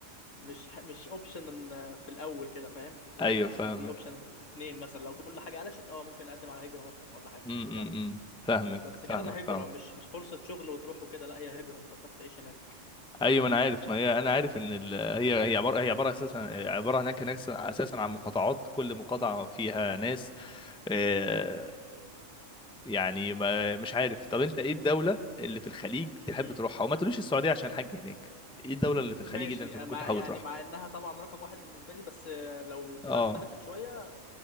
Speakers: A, on the left; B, in the centre.
A: مش ح... مش اوبشن في الاول كده فاهم لا
B: <laughs> ايوه
A: يعني
B: فاهمك
A: دي اوبشن اتنين مثلا لو كل حاجه قلشت اه ممكن اقدم على هجره مثلا ولا حاجه
B: امم
A: في كندا
B: فاهمك
A: بس
B: فاهمك
A: كندا هجره
B: فاهمك
A: مش مش فرصه شغل وتروح وكده لا هي هجره انت تروح تعيش هناك
B: ايوه انا عارف ما هي انا عارف ان ال... هي هي عباره هي عباره اساسا عباره هناك هناك اساسا عن مقاطعات كل مقاطعه فيها ناس آه، يعني ما مش عارف طب انت ايه الدوله اللي في الخليج تحب
A: امم
B: تروحها وما تقوليش السعوديه عشان حاج هناك ايه الدوله اللي في الخليج
A: ماشي
B: اللي انت ممكن
A: آه، مع
B: تحب
A: يعني
B: تروحها
A: مع انها طبعا رقم واحد بالنسبه لي بس آه، لو الدماغ
B: اه
A: اختلفت شويه